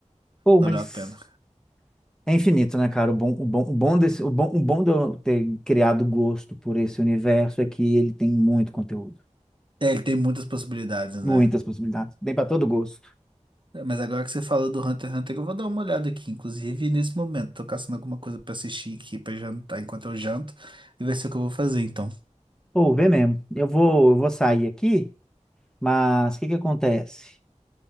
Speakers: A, in the centre; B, on the right.
A: Pô,
B: Valeu
A: mas
B: a pena.
A: é infinito, né, cara? O bom, o bom, o bom desse, o bom, o bom de eu ter criado gosto por esse universo é que ele tem muito conteúdo,
B: É, ele tem muitas possibilidades,
A: muitas
B: né?
A: possibilidades, bem para todo gosto.
B: É, Mas agora que você falou do Hunter x Hunter, eu vou dar uma olhada aqui. Inclusive, nesse momento, tô caçando alguma coisa pra assistir aqui, pra jantar enquanto eu janto. E vai ser o que eu vou fazer, então.
A: Pô, vê mesmo. Eu vou, eu vou sair aqui, mas o que que acontece?